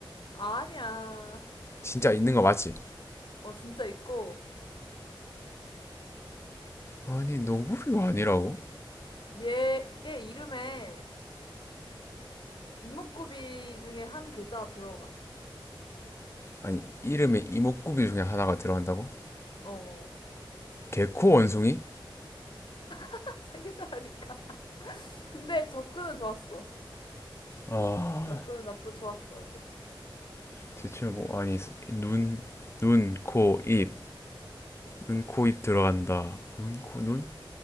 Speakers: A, on the left; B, on the left.
A: 아니야.
B: 진짜 있는 거 맞지?
A: 어, 진짜 있고.
B: 아니 너구리가 아니라고?
A: 얘의 이름에 이목구비 중에 한 글자가 들어가.
B: 아니 이름에 이목구비 중에 하나가 들어간다고?
A: 어.
B: 개코 원숭이?
A: <laughs> 세 글자라니까. <laughs> 근데 접근은 좋았어.
B: 아
A: 접근은 나쁘 좋았어 아주.
B: 대체 뭐 아니 눈, 눈, 코, 입, 눈, 코, 입 들어간다. 눈, 코, 눈,